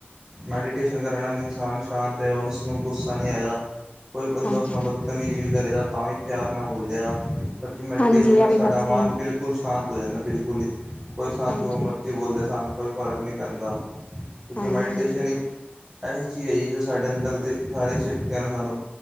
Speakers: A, on the right (about 20°); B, on the left (about 30°).
A: ਮੈਡੀਟੇਸ਼ਨ ਕਰਨ ਨਾਲ ਇਨਸਾਨ ਸ਼ਾਂਤ ਹੈ ਓਸਨੂੰ ਗੁੱਸਾ ਨਹੀਂ ਆਏਗਾ। ਕੋਈ ਬੰਦਾ
B: ਹਾਂਜੀ
A: ਓਸਨੂੰ ਬਦ ਤਮੀਜ਼ ਵੀ ਕਰੇਗਾ ਤਾਂ ਵੀ ਪਿਆਰ ਨਾਲ ਬੋਲੇਗਾ ਪਰ ਜ ਮੈਡੀਟੇਸ਼ਨ
B: ਹਾਂਜੀ ਇਹ
A: ਐ
B: ਵੀ
A: ਸਾਡਾ
B: ਗੱਲ
A: ਮਨ
B: ਸਹੀ ਹੈ
A: ਬਿਲਕੁਲ ਕੁੱਲ ਸ਼ਾਂਤ ਹੋ ਜਾਂਦਾ ਬਿਲਕੁਲ ਈ ਕੋਈ ਸਾਨੂੰ
B: ਹਾਂਜੀ
A: ਜੋ ਮਰਜ਼ੀ ਬੋਲੇ ਸਾਨੂੰ ਕੋਈ ਫ਼ਰਕ ਨੀ ਪੈਂਦਾ। ਕਿਉਂਕਿ
B: ਹਾਂਜੀ
A: ਮੈਡੀਟੇਸ਼ਨ
B: ਹਾਂਜੀ
A: ਹੀ ਐਸੀ ਚੀਜ਼ ਹੈਗੀ ਜੋ ਸਾਡੇ ਅੰਦਰ ਤੇ ਸਾਰੇ ਸ਼ਕਤੀਆਂ ਨੂੰ ਸਾਨੂੰ